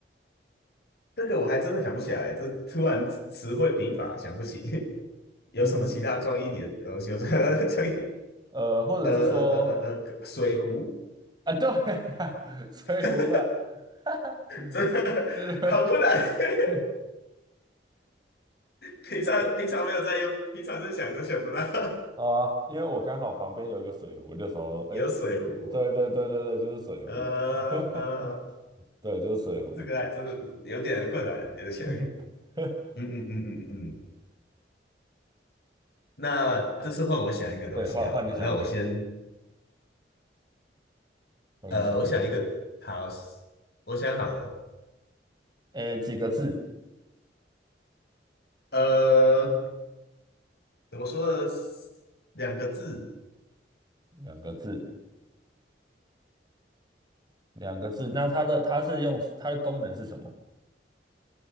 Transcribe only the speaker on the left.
这个我还真的想不起来，这突然词汇贫乏，想不起 <laughs> 有什么其他装一体的东西。
我真的 <laughs> 装一体
<laughs>
呃呃呃呃呃，水壶，
<laughs>
真的好困难。
<laughs>
平常平常没有在用，
平常在想都想不到 <laughs>
有水壶。
呃呃，
这个还真的有点困难，有点像。
<laughs> 嗯嗯嗯嗯嗯，那这次换我想一个东西好了。
那我先，
呃，我想一个，好，我想好了。
呃，怎么说呢？两个字，